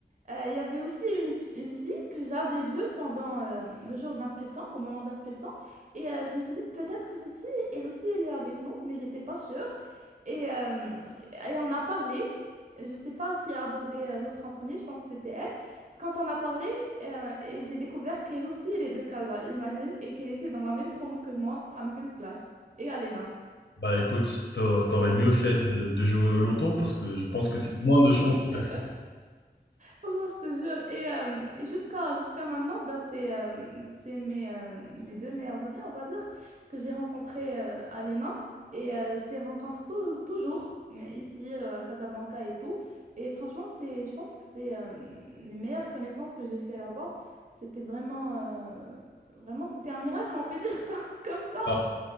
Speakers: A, on the right; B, on the left.
A: euh, il y avait aussi une, une fille que j'avais vue pendant euh, le jour d'inscription, au moment de l'inscription. Et euh, je me suis dit, peut-être que cette fille, elle aussi, elle est avec nous, mais j'étais pas sûre. Et, euh, et on a parlé. Je sais pas qui a abordé euh, l'autre en premier, je pense que c'était elle. Quand on a parlé, euh, et j'ai découvert qu'elle aussi, elle est de Casa, imagine, et qu'elle était dans la même promo que moi, dans la même classe. Et Alena.
B: Bah écoute, t'a- t'aurais mieux fait de, de jouer au loto parce que je pense que c'est moins
A: Je
B: de chance
A: te jure.
B: que... <laughs>
A: Franchement, je te jure. Et, euh, et jusqu'à jusqu'à maintenant, bah, c'est euh, c'est mes, euh, mes deux meilleurs amis, on va dire, que j'ai rencontré euh, Alena. Et euh, je les rencontre tou- toujours, euh, ici, euh, à Casablanca et tout. Et franchement, c'est, je pense que c'est euh, les meilleures connaissances que j'ai fait là-bas. C'était vraiment, euh, vraiment, c'était un miracle, on peut dire ça <laughs> comme ça.
B: Ah.